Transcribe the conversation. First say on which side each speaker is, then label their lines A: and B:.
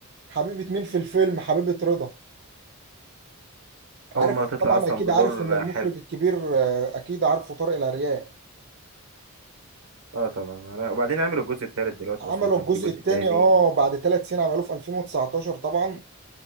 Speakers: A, on the right; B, on the right.
A: حبيبة مين في الفيلم حبيبة رضا عارف
B: اول مره تطلع
A: طبعا
B: اصلا
A: اكيد
B: بدور
A: عارف ان المخرج
B: آه، حلو
A: الكبير آه، اكيد عارفه طارق العريان
B: اه طبعا انا وبعدين عملوا الجزء التالت دلوقتي
A: عملوا
B: اصلا كان
A: الجزء
B: في جزء
A: الثاني
B: تاني
A: اه بعد ثلاث سنين عملوه في 2019 طبعا